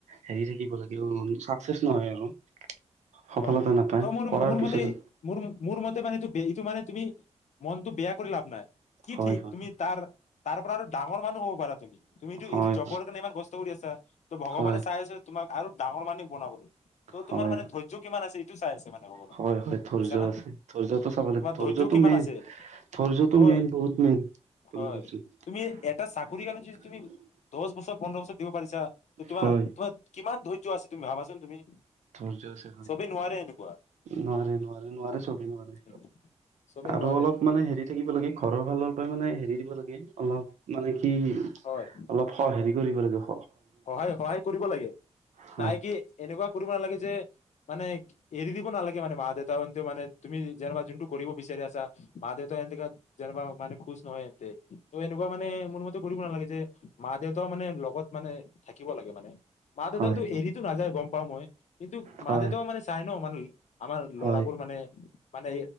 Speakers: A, on the right; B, on the left.
A: হেৰি থাকিব লাগে অ চাকচেচ নহয় আৰু <unintelligible> সফলতা
B: হয় ত
A: নাপায়
B: মোৰ
A: কৰাৰ
B: মোৰ
A: পিছতো
B: মতে মোৰ মোৰ মতে মানেটো এইটো মানে <unintelligible> তুমি মনটো বেয়া কৰি লাভ নাই কি
A: হয়
B: ঠিক
A: হয়
B: তুমি তাৰ। তাৰ পৰা আৰু ডাঙৰ মানুহ হওঁক পাৰা তুমি তুমিতো
A: হয় হয়
B: এইটো জপৰ কাৰণে ইমান কষ্ট কৰি আছা ত' ভগৱানে
A: হয়
B: চাই আছ তুোম আৰু <unintelligible> ডাঙৰ মানুহ বনাবলৈ
A: হয়
B: তোমাৰ মান ধৈৰ্য য কিমান আছে এইটো চাই আছে মানে ভগৱানে
A: হয় হয় ধৈৰ্য
B: বুজিছা না
A: আছে ধৈৰ্যো চাব লাগে
B: তোমাৰ
A: ধৈৰ্যতো
B: ধৈৰ্য কিমান
A: মেইন
B: আছে
A: ধৰ্যটোো
B: হয়
A: মেইন বহুত মেইন তোমাৰ।
B: হয়
A: <unintelligible>
B: তুমি এটা চাকৰি কাৰণে যদি তুমি দহ বছৰ পন্ধৰ বছৰ দিব পাৰিছা ত তমাৰ
A: হয়
B: তম কিমান ধ। আ তুমি ভাবাচোন তুমি
A: থ জ <unintelligible> <unintelligible>
B: চবেই নোৱাৰে এনেকুৱা
A: নোৱাৰে নোৱাৰে নোৱাৰে চবে নোৱাৰে।
B: উম। চবেই
A: আৰু
B: নোৱাৰে
A: অলপ মানে হেৰি থাকিব লাগে ঘৰৰ ফালৰ পৰা মানে হেৰি দিব লাগ <unintelligible> <unintelligible> অলপ মানে কি
B: হয়
A: অলপ স হেৰি জুৰিবৰ্গ
B: সহায় - সহায় কৰিব লাগে,
A: হয়
B: নাই কি এনেকুৱা কৰিব নালাগে যে মানে এৰি দিব নালাগে মানে মা-দেউতা <unintelligible> মানে তুমি যেনাবা যোনটো কৰিব বিচাৰি আছ চা মা-দেউতা <unintelligible> যেনেবা‌ মানে খুচ নহয় এন্তে। ত' এনেকুৱা মানে মোৰ মতে কৰিব নালাগে যে মা দেউতাও মানে লগ গত মানে থাকিব লাগে মানে মা-দেউতান
A: হয়
B: ত'
A: হয়
B: এৰিতো নাযায় গম পাওঁ মই। কিন্তু
A: হয়
B: মা-দেউতাও মানে চাই ন মান ল আমাৰ ল'ৰাবোৰ
A: হয়
B: মানে - মানে